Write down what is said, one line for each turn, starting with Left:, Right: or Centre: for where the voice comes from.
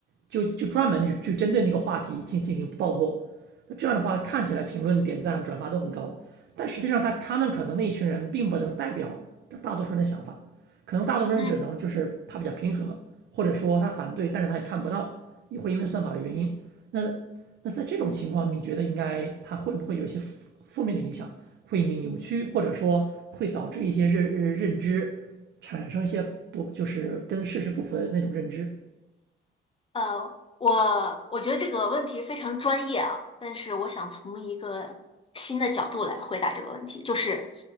Right: 就就专门去去针对那个话题进进行爆破，那这样的话看起来评论、点赞、转发都很高，但实际上他他们可能那一群人并不能代表大大多数人的想法。可能大多数人只能就是他比较平和，
Left: 嗯。
Right: 或者说他反对，但是他也看不到，也会因为算法的原因。那在这种情况，你觉得应该他会不会有一些负负面的影响，会你扭曲，或者说会导致一些认认认知产生一些不就是跟事实不符的那种认知，
Left: 呃，我我觉得这个问题非常专业啊，但是我想从一个新的角度来回答这个问题，就是